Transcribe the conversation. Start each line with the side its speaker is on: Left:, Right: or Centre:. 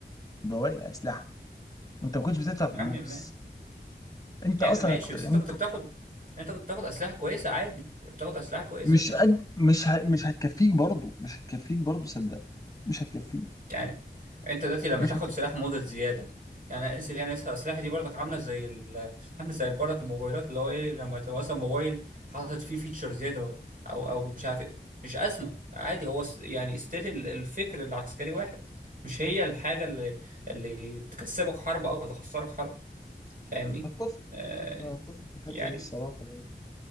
Left: بواقي الاسلحه انت ما كنتش بتدفع فلوس
Right: يا عم ما
Left: انت
Right: يا
Left: اصلا
Right: عم ماشي
Left: كنت-
Right: بس
Left: انت
Right: انت كنت بتاخد انت كنت بتاخد اسلحه كويسه عادي بتاخد اسلحه كويسه
Left: مش قد مش ه... مش هتكفيك برضه مش هتكفيك برضه صدق مش هتكفيك
Right: يعني انت دلوقتي لما
Left: مش
Right: تاخد
Left: هتكفيك
Right: سلاح مدة زيادة يعني اسف يعني اسف السلاح دي برضك عاملة زي ال... عاملة زي برضك الموبايلات اللي هو ايه لما تبقى مثلا موبايل حاطط فيه فيتشر زيادة او او مش عارف ايه مش أزمة عادي هو س- يعني ستيل الفكر العسكري واحد مش هي الحاجة اللي اللي تكسبك حرب او تخسرك حرب فاهمني؟
Left: هتفصل
Right: آه
Left: أنا هتفصل في الحتة
Right: يعني
Left: دي الصراحة برضه